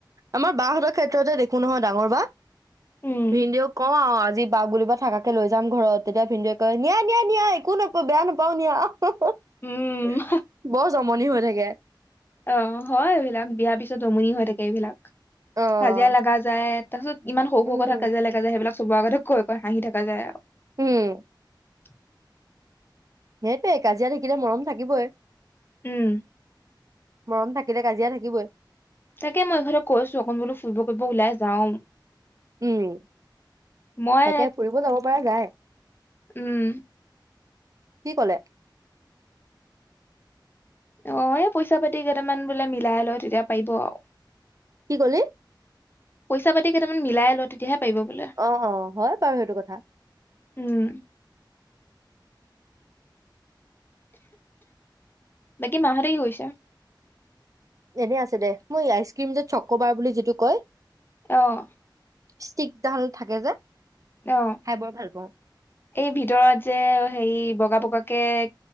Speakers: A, on the right (about 45°); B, on the left (about 25°).
A: আমাৰ বাহতৰ ক্ষেত্ৰতে দেখো নহয় ডাঙৰ বা।
B: উম,
A: ভিনদেউক কওঁ আৰু আজ আজি বাক বুলিবা থাকাকে লৈ যাম ঘৰত তেতিয়া ভিন্দৌৱে কয় নিয়া, নিয়া, নিয়া একো নকও বেয়া নাপাও নিয়া অ'। হু হু
B: উম,
A: <inaudible> ব জমনি হৈ থাকে।
B: অ', হয় এইবিলাক বিয়াৰ পিছত জমনি হৈ থাকে এইবিলাক।
A: অ'
B: কাজিয়া লাগা যায় তাৰপিছত ইমান সৰু
A: উম
B: সৰু কথাত কাজিয়া লগা যায় সেইবিলাক চবৰ আগতে কৈ কৈ হাঁহি থাকা যায় আৰু।
A: উম।
B: <inaudible>
A: সেইটোৱে কাজিয়া থাকিলে মৰম থাকিবই।
B: উম,
A: মৰম থাকিলে কাজিয়া থাকিবই।
B: তাকে মই ইহঁতক কৈছো অকণ বোলো ফুৰিব কৰিব ওলাই যাওঁ।
A: উম <inaudible>
B: মই
A: তাকে ফুৰিব যাব পৰা যায়।
B: উম,
A: কি কলে?
B: অ এই পইচা পাতি কেইটামান বোলে মিলাই লই তেতিয়া পাৰিব আৰু।
A: কি কলি?
B: পইচা পাতি কেইটামান মিলাই ল তেতিয়াহে পাৰিব বোলে
A: অ অ হয় বাৰু সেইটো কথা।
B: উম বাকী মাহতে কি কৰিছে?
A: এনে আছে দে মই আইচ ক্ৰীম যেত চক্ৰবাৰ বুলি যিটো কয়।
B: আহ।
A: ষ্টিকডাল থাকে যে
B: অ
A: খাই বৰ ভাল পাওঁ
B: এই ভিতৰত যে হেৰি বগা বগা। কেক,